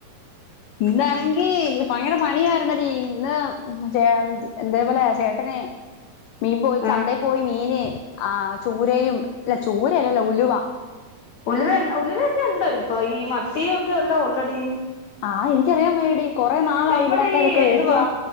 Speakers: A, on the left; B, on the left.
A: ഇന്നാണെങ്കി ഭയങ്കര പണിയായി ന്നെടി ഇന്ന് ചേ ഇന്തേപോലെ ചേട്ടന് മീൻ പോയി ചന്തയി
B: ആഹ്
A: പോയി മീന് ആഹ് ചൂരയും അല്ല ചൂരയല്ലല്ലോ ഉലുവ
B: ഉലിവണ്ടോ ഉലുവൊക്കെ ഉണ്ടോ ഇപ്പൊ ഈ മത്തി ഒക്കെ അല്ലെ ഉള്ളടി
A: ആഹ് എനിക്കറിയാംവയ്യടി കുറെ നാളായി
B: നമ്മുടെ
A: ഇവിടെക്കെ
B: ഈ
A: ഇതൊക്കെ മേടിച്ചോ
B: എന്തുവാ